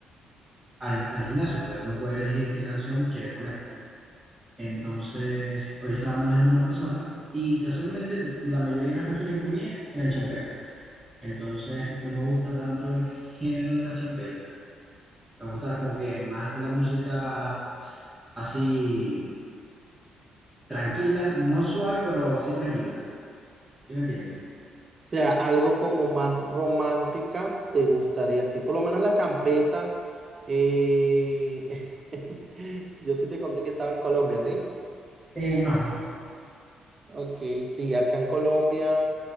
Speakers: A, in the centre; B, on the right (about 35°).
A: al, al gimnasio, pues uno puede elegir qué canción quiere poner. Entonces, hoy lo estaba manejando una persona y casualmente la mayoría de las canciones que ponía eran champetas. Entonces, no me gusta tanto el género de las champetas. Me gusta como que más la música así tranquila, no suave, pero sí tranquila. ¿Sí me entiendes?
B: O sea, algo como más romántica te gustaría, sí. Por lo menos la champeta. eh, <laughs> Yo sí te conté que estaba en Colombia, ¿sí?
A: Eh, no, no.
B: Ok, sí, acá en Colombia